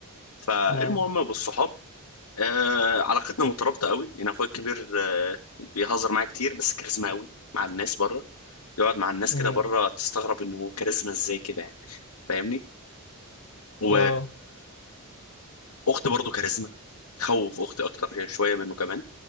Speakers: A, on the left (about 80°); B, on the left (about 60°).
A: فالمهم
B: اه
A: بالصحاب آه علاقتنا مترابطه قوي يعني اخويا الكبير آه بيهزر معايا كتير بس كاريزما قوي مع الناس بره يقعد مع الناس
B: امم
A: كده بره تستغرب انه كاريزما ازاي كده يعني فاهمني و
B: اه
A: اخت برضه كاريزما تخوف اختي اكتر يعني شويه منه كمان